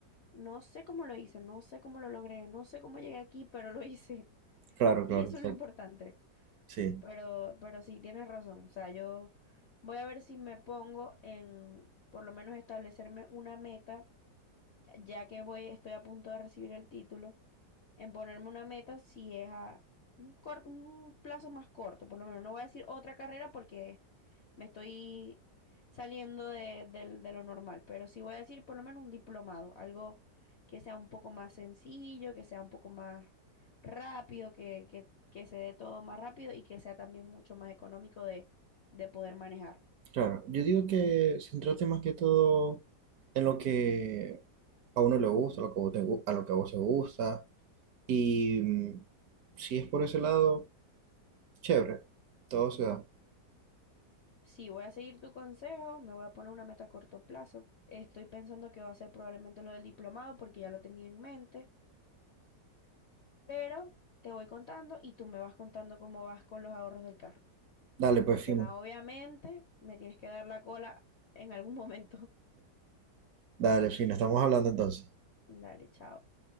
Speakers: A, on the left (about 60°); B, on the right (about 65°).
A: no sé cómo lo hice, no sé cómo lo logré, no sé cómo llegué aquí, pero lo hice. <laughs>
B: Claro,
A: Y
B: claro,
A: eso
B: exacto.
A: es lo importante.
B: Sí,
A: Pero, pero sí, tienes razón. O sea, yo voy a ver si me pongo en por lo menos establecerme una meta ya que voy, estoy a punto de recibir el título, en ponerme una meta si es a un, cor- un plazo más corto, por lo menos. No voy a decir otra carrera porque me estoy saliendo de, del- de lo normal, pero sí voy a decir por lo menos un diplomado, algo que sea un poco más sencillo, que sea un poco más rápido, que, que, que se dé todo más rápido y que sea también mucho más económico de, de poder manejar.
B: claro. Yo digo que centrarte más que todo en lo que a uno le gusta, a lo que a vos te gu- a lo que a vos te gusta. Y mm, si es por ese lado, chévere, todo se da.
A: Sí, voy a seguir tu consejo, me voy a poner una meta a corto plazo. Estoy pensando que va a ser probablemente lo del diplomado porque ya lo tenía en mente, pero te voy contando y tú me vas contando cómo vas con los ahorros del carro.
B: Dale, pues
A: Porque
B: fino,
A: ajá, obviamente me tienes que dar la cola en algún momento.
B: dale, fino, estamos hablando entonces.
A: <laughs> Dale, chao.